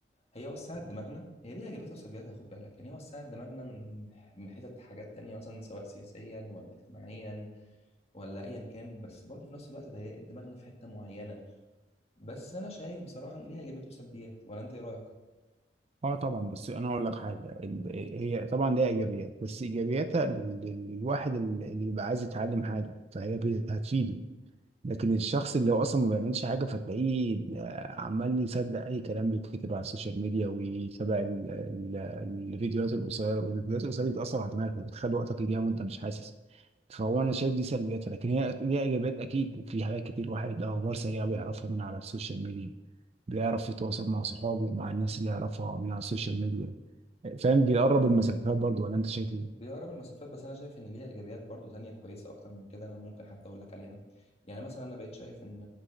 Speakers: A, on the left; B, on the right.
A: هي وسعت دماغنا هي ليها ايجابياتها وسلبياتها خد بالك يعني هي وسعت دماغنا من من حتت حاجات تانية مثلا سواء سياسيا ولا اجتماعيا ولا ايا كان بس برضه في نفس الوقت ضيقت دماغنا في حته معينه بس انا شايف بصراحه ان ليها ايجابيات وسلبيات ولا انت ايه رايك؟
B: اه طبعا بس انا اقول لك حاجه ال- هي طبعا ليها ايجابيات بس ايجابياتها لل- للواحد اللي اللي يبقى عايز يتعلم حاجه فهي بي- هتفيده لكن الشخص اللي هو اصلا ما بيعملش حاجه فتلاقيه آه، عمال يصدق اي كلام بيتكتب على السوشيال ميديا ويتابع ال- ال- الفيديوهات القصيره والفيديوهات القصيره دي بتاثر على دماغك بتخلي وقتك يضيع وانت مش حاسس فهو انا شايف دي سلبياتها لكن هي ليها ايجابيات اكيد في حاجات كتير واحد اخبار سريعه بيعرفها من على السوشيال ميديا بيعرف يتواصل مع صحابه مع الناس اللي يعرفها من على السوشيال ميديا فاهم بيقرب المسافات برضه ولا انت شايف ايه؟
A: بيقرب المسافات بس انا شايف ان ليها ايجابيات برضو تانية كويسه اكتر من كده انا ممكن حتى اقول لك عليها يعني مثلا انا بقيت شايف ان